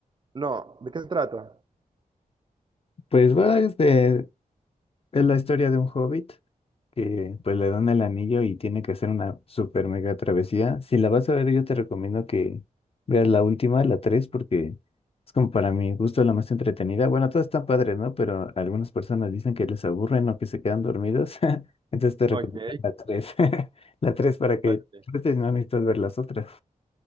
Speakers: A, on the right; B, on the left.
A: No, ¿de qué se trata?
B: Pues va este. Es la historia de un hobbit que pues le dan el anillo y tiene que hacer una super mega travesía. Si la vas a ver, yo te recomiendo que veas la última, la 3 porque es como para mi gusto la más entretenida. Bueno, todas están padres, ¿no? Pero algunas personas dicen que les aburren o que se quedan dormidos. <laughs> Entonces te recomiendo
A: Ok, <laughs>
B: la tres <laughs> La 3 para que
A: ok,
B: disfrutes, no necesitas ver las otras.